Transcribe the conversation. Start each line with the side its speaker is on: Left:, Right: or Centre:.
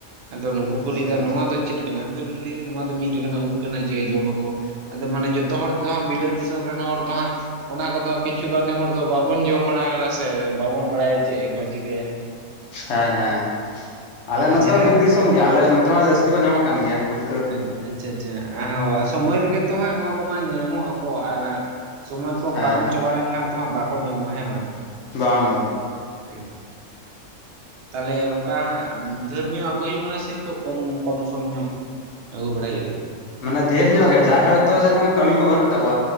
Right: ᱟᱫᱚ ᱱᱩᱠᱩ
Left: ᱟᱪᱪᱷᱟ
Right: ᱠᱚ ᱞᱟᱹᱭᱫᱟ ᱱᱚᱣᱟ ᱫᱚ ᱪᱮᱫ ᱠᱟᱱᱟ ᱟᱫᱚ ᱞᱟᱹᱭ ᱱᱚᱣᱟ ᱫᱚ ᱢᱤᱫ ᱞᱮᱠᱟᱱᱟᱜ ᱩᱫᱽ ᱠᱟᱱᱟ ᱡᱮ ᱡᱚᱢ ᱟᱠᱚ᱾ ᱟᱫᱚ ᱢᱟᱱᱮ ᱡᱚᱛᱚ ᱦᱚᱲ ᱫᱚ ᱦᱟᱸᱜ ᱵᱤᱞᱟᱹᱛ ᱫᱤᱥᱚᱢ ᱨᱮᱱ ᱦᱚᱲ ᱫᱚ ᱦᱟᱸᱜ ᱚᱱᱟ ᱠᱚᱫᱚ ᱠᱤᱪᱷᱩᱜᱟᱱᱤ ᱦᱚᱲ ᱫᱚ ᱵᱟᱵᱚᱱ ᱡᱚᱢ ᱵᱟᱲᱟ ᱠᱟᱫᱟ ᱥᱮ ᱵᱟᱵᱚᱱ ᱵᱟᱲᱟᱭᱟ ᱪᱮᱫ ᱠᱚ ᱪᱤᱠᱟᱹᱭᱟ᱾
Left: ᱦᱮᱸ ᱦᱮᱸ ᱟᱞᱮ ᱱᱚᱛᱮ
Right: ᱟᱨ ᱡᱟᱦᱟᱸ
Left: ᱦᱚᱸ ᱵᱤᱨ ᱫᱤᱥᱚᱢ ᱜᱮ ᱟᱞᱮ ᱱᱚᱛᱮ ᱦᱚᱸ ᱡᱟᱹᱥᱛᱤ ᱠᱚ ᱧᱟᱢᱚᱜ ᱠᱟᱱ ᱜᱮᱭᱟ ᱵᱩᱴ
Right: ᱦᱟᱸᱧ ᱟᱪᱪᱷᱟ ᱟᱪᱪᱷᱟ ᱟ ᱦᱚᱸ ᱥᱚᱢᱚᱭ ᱨᱮᱜᱮ ᱛᱚ ᱦᱟᱸᱜ ᱱᱚᱣᱟ ᱠᱚᱢᱟ ᱧᱟᱢᱚᱜ ᱟᱠᱚ ᱟᱨ ᱥᱚᱢᱚᱭ ᱠᱚ
Left: ᱦᱮᱸ
Right: ᱯᱟᱨᱚᱢ ᱪᱟᱵᱟ ᱞᱮᱱᱠᱷᱟᱱ ᱛᱚ ᱦᱟᱸᱜ ᱵᱟᱠᱚ ᱧᱟᱢᱚᱜᱼᱟ ᱦᱮᱸ ᱵᱟᱝ᱾
Left: ᱵᱟᱝ ᱵᱟᱝ᱾
Right: <inaudible> ᱛᱟᱦᱞᱮ ᱚᱱᱠᱟᱱᱟᱜ ᱫᱷᱟᱹᱨ ᱧᱚᱜ ᱟᱜᱩᱭ ᱦᱩᱭᱩᱜ ᱠᱟᱱᱟ ᱥᱮ ᱤᱝᱠᱟᱹ ᱠᱚᱢ ᱠᱚᱢ ᱥᱚᱢ ᱧᱚᱜ᱾ ᱟᱜᱩ ᱵᱟᱲᱟᱭ ᱡᱩᱭᱩᱜ
Left: ᱢᱟᱱᱮ ᱰᱷᱮᱨ ᱧᱚᱜ ᱜᱮ᱾ ᱡᱟᱦᱟᱸᱭ ᱦᱚᱳᱭᱛᱳ ᱥᱮᱨᱚᱠᱚᱢ ᱠᱟᱹᱢᱤ ᱠᱚ ᱵᱟᱹᱱᱩᱜ ᱛᱟᱠᱚᱣᱟ